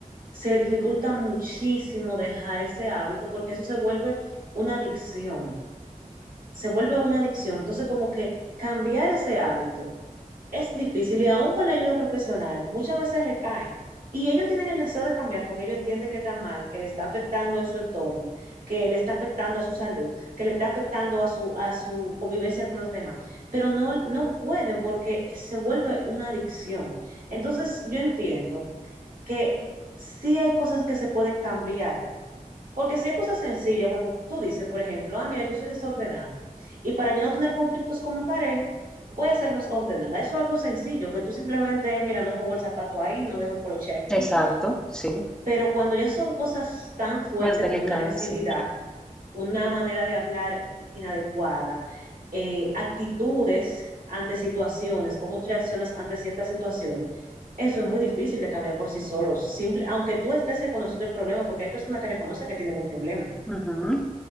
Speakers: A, on the right; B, in the centre.
A: se le dificulta muchísimo dejar ese hábito porque eso se vuelve una adicción, se vuelve una adicción. Entonces, como que cambiar ese hábito es difícil y aún con la ayuda profesional, muchas veces recaen. Y ellos tienen el deseo de cambiar porque ellos entienden que está mal, que le está afectando en su entorno, que le está afectando a su salud, que le está afectando a su, a su convivencia con los demás. Pero no, no pueden porque se vuelve una adicción. Entonces, yo entiendo que sí hay cosas que se pueden cambiar, porque si hay cosas sencillas, como tú dices, por ejemplo, ah, mira, yo soy desordenada. Y para yo no tener conflictos con mi pareja, voy a ser más ordenada. Eso es algo sencillo, que tú simplemente, mira, no pongo el zapato ahí, no dejo el poloche aquí.
B: Exacto, sí,
A: Pero cuando ya son cosas tan fuertes
B: más delicada,
A: como una agresividad,
B: sí.
A: una manera de hablar inadecuada, eh, actitudes ante situaciones, cómo tú reaccionas ante ciertas situaciones, eso es muy difícil de cambiar por sí solo, simple, aunque tú estés reconociendo el problema, porque hay personas que reconocen que tienen un problema
B: Ujú.